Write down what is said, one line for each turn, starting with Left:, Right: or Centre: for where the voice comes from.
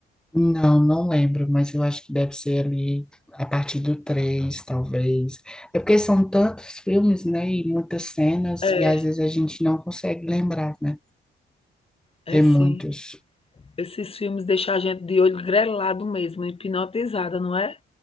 Centre: Não, não lembro, mas eu acho que deve ser ali a partir do 3, talvez. É porque são tantos filmes, né, e muitas cenas,
Left: É
Centre: e às vezes a gente não consegue lembrar, né?
Left: é
Centre: Tem
Left: sim.
Centre: muitos.
Left: Esses filmes deixam a gente de olho grelado mesmo, hipnotizada, não é?